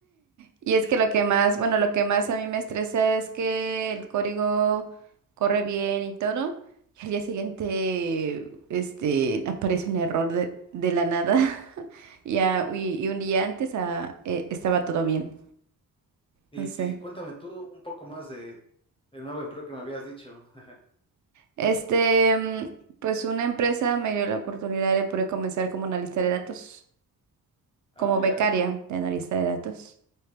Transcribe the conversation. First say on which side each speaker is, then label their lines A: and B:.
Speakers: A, on the right (about 55°); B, on the left (about 15°).
A: Y es que lo que más, bueno, lo que más a mí me estresa es que el código corre bien y todo, y al día siguiente, este, aparece un error de, de la nada, <laughs> ya y, y un día antes ah, eh, estaba todo bien,
B: Y,
A: no sé.
B: y cuéntame tú un poco más de el nuevo empleo que me habías dicho. <laughs>
A: Este, mm, pues una empresa me dio la oportunidad de poder comenzar como analista de datos,
B: Ah,
A: como
B: mira,
A: becaria de analista de datos.